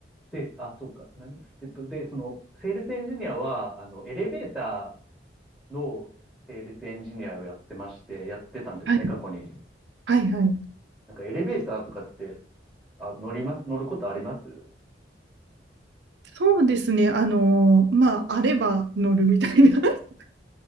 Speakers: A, in the centre; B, on the right.
A: で、あ、そうか、何、えっと、で、その、セールスエンジニアは、あの、エレベーター、のセールスエンジニアをやってまして、やってたんですね、
B: はい、
A: 過去に。
B: はい、はい。
A: なんかエレベーターとかって、あ、乗ります、乗ることありますい
B: そうですね。あのーまあ、あれば乗るみたいな <laughs>